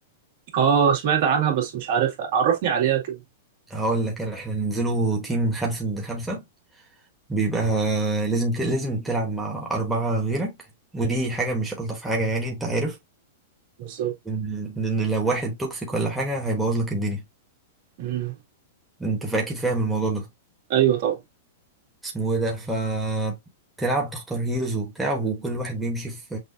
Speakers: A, on the right; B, in the centre.
A: اه سمعت عنها بس مش عارفها عرفني عليها كده
B: هقول لك انا احنا ننزلوا تيم خمسة ضد خمسة بيبقى لازم ت... لازم تلعب مع أربعة غيرك ودي حاجة مش ألطف حاجة يعني أنت عارف
A: بالظبط
B: إن إن لو واحد توكسيك ولا حاجة هيبوظ لك الدنيا
A: امم
B: أنت فا- أكيد فاهم الموضوع ده
A: ايوه طبعا
B: اسمه إيه ده ف تلعب تختار هيروز وبتاع وكل واحد بيمشي في